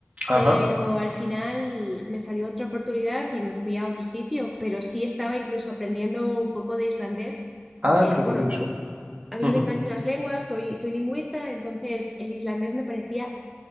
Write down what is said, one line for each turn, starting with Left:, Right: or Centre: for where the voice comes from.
Right: Ajá.
Centre: pero al final me salió otra oportunidad y me fui a otro sitio, pero sí estaba incluso aprendiendo un poco de islandés, porque,
Right: Ah, qué
Centre: bueno,
Right: curioso.
Centre: a mí
Right: Ujú.
Centre: me encantan las lenguas, soy, soy lingüista, entonces el islandés me parecía